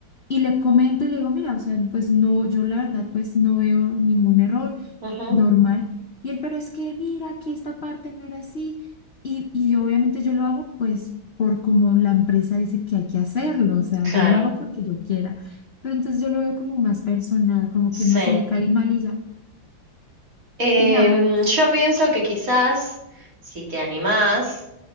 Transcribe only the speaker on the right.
ujú,
claro,
sí.
Em,
yo pienso que quizás, si te animás,